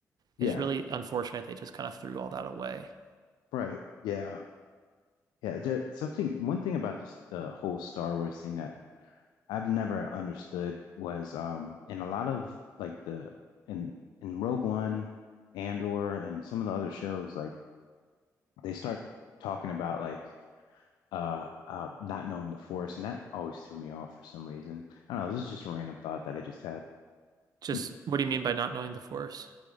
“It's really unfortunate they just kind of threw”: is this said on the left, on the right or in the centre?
Right